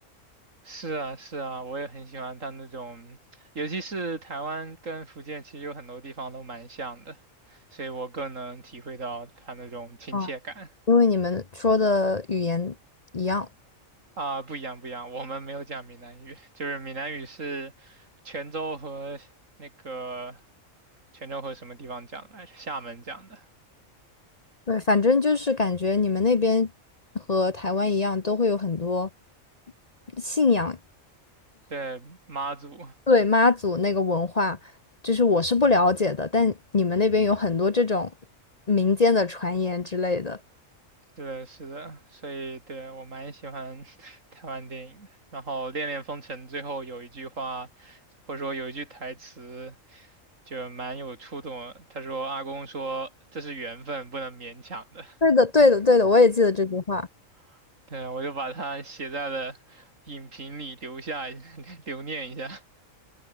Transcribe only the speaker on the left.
啊。因为你们说的语言一样，
对，反正就是感觉你们那边和台湾一样，都会有很多信仰，
对，妈祖那个文化，就是我是不了解的，但你们那边有很多这种民间的传言之类的。
对的，对的，对的，我也记得这句话。